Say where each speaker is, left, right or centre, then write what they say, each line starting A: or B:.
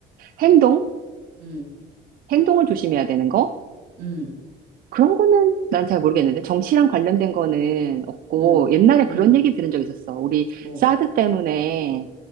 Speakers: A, on the right; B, on the right.
A: 행동?
B: 응,
A: 행동을 조심해야 되는 거?
B: 응,
A: 그런 거는 난 잘 모르겠는데 정치랑 관련된 거는 없고
B: 응,
A: 옛날에
B: 응,
A: 그런 얘기 들은 적 있었어. 우리
B: 뭐,
A: 사드 때문에